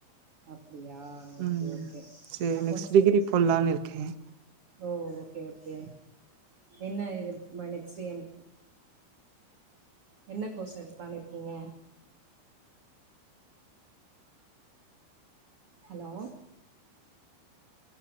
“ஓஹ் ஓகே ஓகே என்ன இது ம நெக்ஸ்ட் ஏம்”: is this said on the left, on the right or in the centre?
Right